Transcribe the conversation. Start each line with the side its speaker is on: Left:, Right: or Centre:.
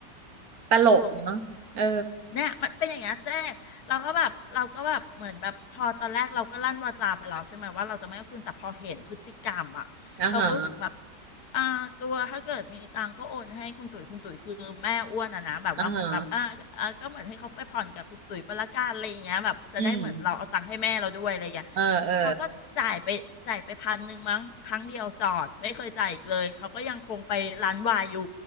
Right: ตลกเนาะเออ
Left: ถูก เนี่ยมันเป็นอย่างเงี้ยเจ๊เราก็แบบเราก็แบบเหมือนแบบพอตอนแรกเราก็ลั่นวาจาไปแล้วใช่ไหมว่าเราจะไม่เอาคืนแต่พอเห็นพฤติกรรมอ่ะเราก็รู้สึกแบบ
Right: อ่าฮะ
Left: อ่าตัวถ้าเกิดมีตังก็โอนให้คุณตุ๋ยคุณตุ๋ยคือแม่อ้วนอ่ะนะแบบว่าเหมือนแบบอ่าอ่าก็เหมือนให้เขาไปผ่อนกับคุณตุ๋ยไปละกันอะไรอย่างเงี้ยแบบจะได้เหมือนเราเอาตังค์ให้แม่เราด้วยอะไรอย่างเงี้ย
Right: อ่าฮะอืมเออเออ
Left: เขาก็จ่ายไปจ่ายไปพันหนึ่งมั้งครั้งเดียวจอดไม่เคยจ่ายอีกเลยเขาก็ยังคงไปร้านวายอยู่